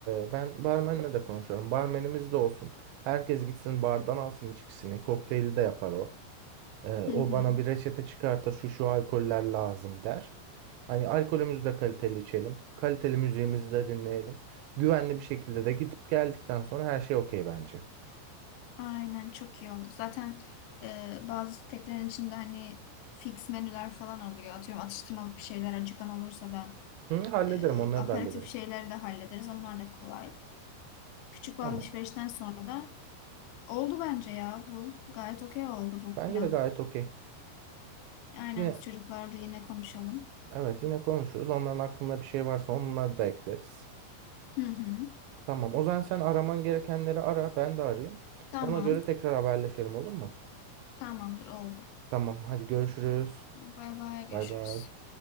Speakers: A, on the right; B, on the left.
A: e, ben barmenle de konuşuyorum. Barmenimiz de olsun. Herkes gitsin bardan alsın içkisini. Kokteyli de yapar o. Ee,
B: Hı
A: o
B: hı.
A: bana bir reçete çıkartır. Şu şu alkoller lazım der. Hani alkolümüzü de kaliteli içelim. Kaliteli müziğimizi de dinleyelim. Güvenli bir şekilde de gidip geldikten sonra her şey okey bence.
B: Aynen çok iyi oldu. Zaten e, bazı sitelerin içinde hani fix menüler falan oluyor. Atıyorum atıştırmalık bir şeyler acıkan olursa da
A: Hı, hallederim
B: e,
A: onları
B: aperatif
A: da hallederim.
B: şeyleri de hallederiz. Onlar da kolay. Küçük
A: Tamam.
B: bir alışverişten sonra da oldu bence ya bu. Gayet okey oldu bu
A: Bence
B: plan.
A: de gayet okey.
B: Aynen
A: Yine
B: biz çocuklarda yine konuşalım.
A: evet yine konuşuruz. Onların aklında bir şey varsa onları da ekleriz.
B: Hı hı.
A: Tamam. O zaman sen araman gerekenleri ara. Ben de arayayım.
B: Tamam.
A: Ona göre tekrar haberleşelim olur mu?
B: Tamamdır oldu.
A: Tamam. Hadi görüşürüz.
B: Bay bay görüşürüz.
A: Bay bay.